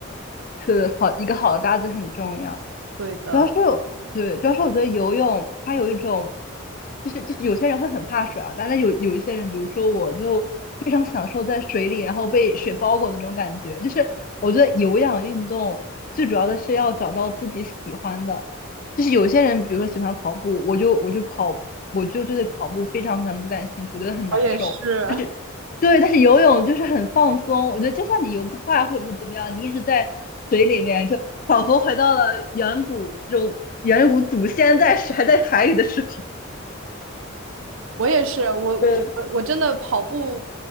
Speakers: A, on the left; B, on the right.
A: 是好，一个好的搭子很重要。
B: 对的，
A: 主要是对，主要是我觉得游泳它有一种，就是就是有些人会很怕水啊，但是有有一些人，比如说我就非常享受在水里，然后被水包裹那种感觉。就是我觉得有氧运动最主要的是要找到自己喜欢的，就是有些人比如说喜欢跑步，我就我就跑，我就对跑步非常非常的不感兴趣，我觉得很难受。
B: 我也是。
A: 对，但是游泳就是很放松，我觉得就算你游不快或者是怎么样，你一直在水里面，就仿佛回到了远古这种远古祖先在还在海里的时候。
B: 我也是，我我我我真的跑步
A: 对，